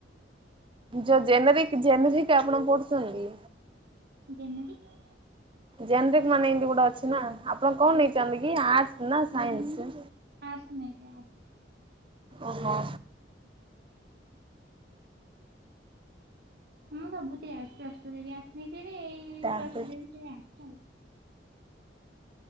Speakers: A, on the right; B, on the right.
A: ଯୋଉ ଜେନେରିକ ଜେନେରିକ ଆପଣ ପଢୁଛନ୍ତି।
B: ଜେନେରିକ।
A: ଜେନେରିକ ମାନେ ଏମତି ଗୋଟେ ଅଛି ନା। ଆପଣ କଣ ନେଇଛନ୍ତି କି ଆର୍ଟସ ନା ସାଇନ୍ସ?
B: ଆର୍ଟ୍ସ ନେଇଛି ଆର୍ଟ୍ସ।
A: ଓହୋ।
B: ମୁଁ ସବୁଥି ଆର୍ଟ୍ସ। ପ୍ଲସ ଟୁ ରେ ଆର୍ଟ୍ସ ନେଇଥିଲି।
A: ତାପରେ
B: ପ୍ଲସ ଟୁ ରେ ବି ସେଇ ଆର୍ଟ୍ସ ଆଉ।